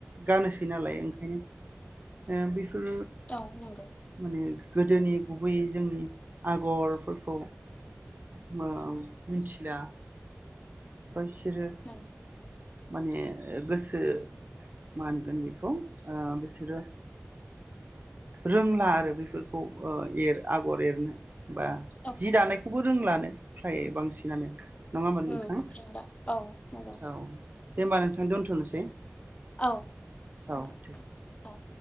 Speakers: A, on the right (about 45°); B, on the left (about 30°).
A: गानोसै नालाय ओंखायनो ओ बैफोर
B: औ नंगौ।
A: माने गोदोनि गुबैयै जोंनि आग'रफोरखौ ओ मिथिला। <unintelligible>
B: नंगौ
A: माने गोसो मा होनगोन बेखौ ओ बेसोरो रोंला आरो बैफोरखौ ओ एर आगर एरनो। बा
B: औ
A: जि दानायखौबो रोंलानो फ्राय बांसिनानो। नङा होमबा नोंथां?
B: उम रोंला औ नंगौ
A: औ। दे होमबा नोंथां दोनथनोसै।
B: औ <unintelligible>
A: औ दे
B: औ।